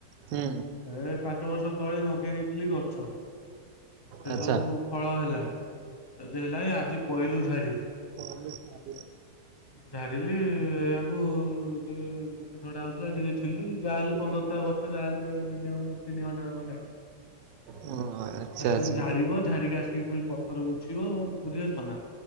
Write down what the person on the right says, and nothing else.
ହୁଁ
ଆଚ୍ଛା
କ ସାଧ
ଓ ଆଚ୍ଛା
ଆଚ୍ଛା